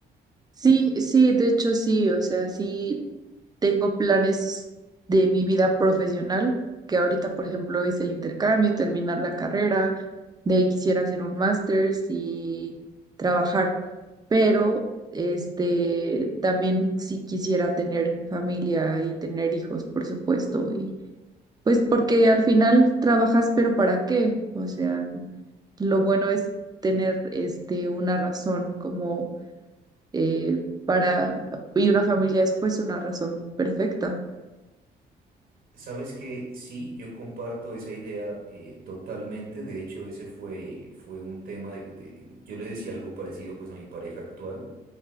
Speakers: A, on the right; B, on the right.
A: Sí, sí, de hecho sí. O sea, sí tengo planes de mi vida profesional, que ahorita, por ejemplo, es el intercambio, terminar la carrera, de ahí quisiera hacer un máster y trabajar. Pero, este, también sí quisiera tener familia y tener hijos, por supuesto. Y pues porque al final trabajas, pero ¿para qué? O sea... Lo bueno es tener este, una razón como eh, para, y una familia es pues una razón perfecta.
B: Sabes que sí, yo comparto esa idea eh, totalmente. De hecho, ese fue, fue un tema de, de- Yo le decía algo parecido pues a mi pareja actual,